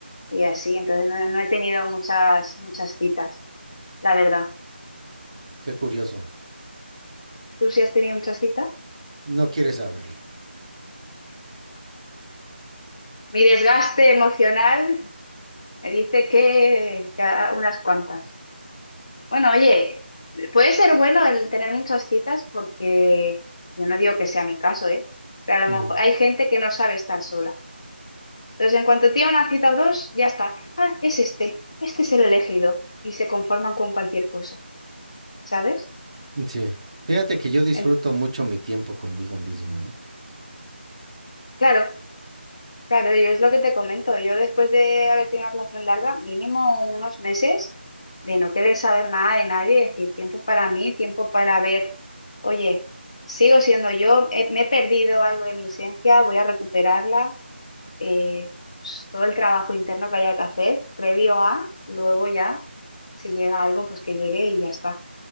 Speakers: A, on the left (about 30°); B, on the right (about 30°).
A: y así. Entonces no, no he tenido muchas, muchas citas, la verdad.
B: Qué curioso.
A: ¿Tú sí has tenido muchas citas?
B: No quieres saberlo.
A: Mi desgaste emocional me dice que, que a- unas cuantas. Bueno, oye, puede ser bueno el tener muchas citas porque yo no digo que sea mi caso, ¿eh? Pero a
B: Ujú.
A: lo mejor hay gente que no sabe estar sola. Entonces, en cuanto tiene una cita o dos, ya está. Ah, es este, este es el elegido. Y se conforman con cualquier cosa, ¿sabes?
B: Sí. Fíjate que yo disfruto
A: En-
B: mucho mi tiempo conmigo mismo, ¿eh?
A: claro, Claro, yo es lo que te comento. Yo después de haber tenido una relación larga, mínimo unos meses de no querer saber nada de nadie, es decir, tiempo para mí, tiempo para ver, oye, sigo siendo yo, he- me he perdido algo de mi esencia, voy a recuperarla, eh, pues, todo el trabajo interno que haya que hacer, previo a, luego ya, si llega algo, pues que llegue y ya está.